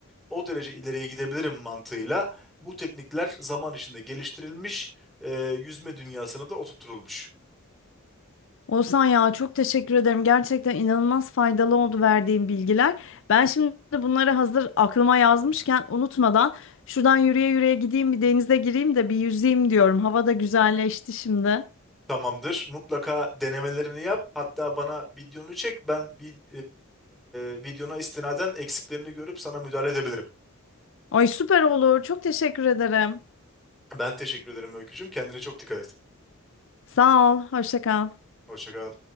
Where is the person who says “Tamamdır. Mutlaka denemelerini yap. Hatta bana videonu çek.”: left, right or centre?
Centre